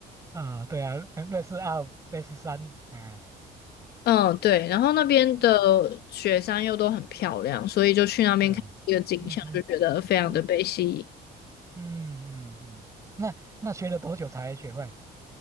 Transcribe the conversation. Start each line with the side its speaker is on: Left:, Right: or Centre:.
Right: 啊，对啊，呃瑞士二、瑞士三，哎，
Left: 嗯，对，然后那边的雪山又都很漂亮，
Right: 嗯
Left: 所以就去那边看这个景象，
Right: 对，嗯嗯
Left: 就觉得非常的被吸引。
Right: 嗯嗯嗯嗯，那那学了多久才学会？